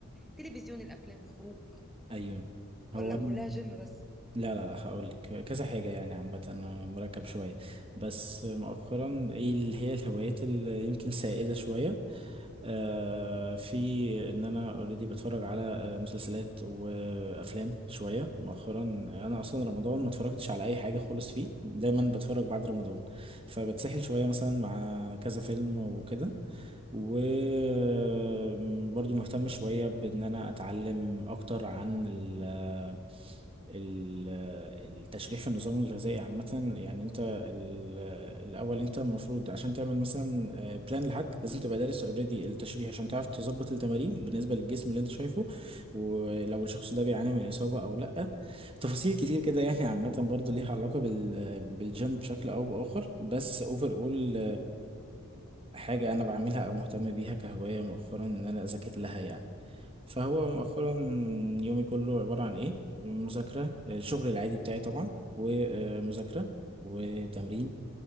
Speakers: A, in the centre; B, on the right.
A: التلفزيون الافلام الخروج
B: ايوه هو
A: ولا
B: انا
A: كلها جيم بس
B: لا لا لا هقول لك كذا حاجة يعني عامة أنا مركب شوية بس مؤخرا ايه اللي هي الهوايات اللي يمكن سائدة شوية آه في ان انا اوريدي بتفرج على آه، مسلسلات وافلام شوية مؤخرا انا اصلا رمضان ما اتفرجتش على اي حاجة خالص فيه دايما بتفرج بعد رمضان فبتسحل شوية مثلا مع كذا فيلم وكده وبرضو مهتم شوية بإن أنا أتعلم أكتر عن ال- التشريح في النظام الغذائي عامة يعني انت ال- الأول انت المفروض عشان تعمل مثلا بلان لحد لازم تبقى دارس اوريدي التشريح عشان تعرف تظبط التمارين بالنسبة للجسم اللي انت شايفه ولو الشخص ده بيعاني من إصابة أو لأ تفاصيل كتير كده يعني عامة برضه ليها علاقة بال بالجيم بشكل أو بآخر بس اوفر اول حاجة أنا بعملها أو مهتم بيها كهواية مؤخرا إن أنا أذاكر لها يعني فهو مؤخرا يومي كله عبارة عن إيه؟ مذاكرة الشغل العادي بتاعي طبعا ومذاكرة وتمرين